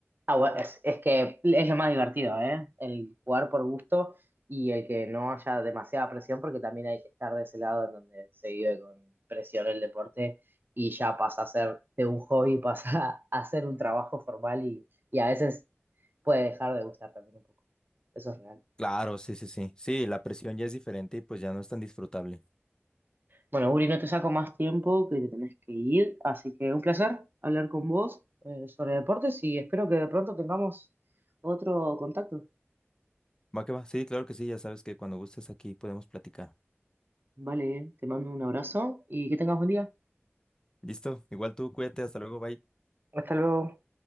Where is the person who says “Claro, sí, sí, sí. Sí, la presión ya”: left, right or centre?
Left